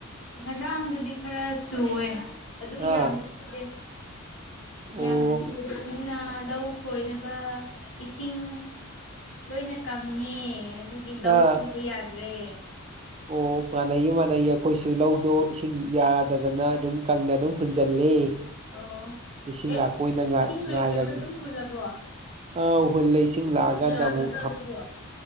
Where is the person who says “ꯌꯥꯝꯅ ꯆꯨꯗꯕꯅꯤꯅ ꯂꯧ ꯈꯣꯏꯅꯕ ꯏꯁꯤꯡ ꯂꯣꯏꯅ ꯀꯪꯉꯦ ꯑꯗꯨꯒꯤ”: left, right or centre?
Left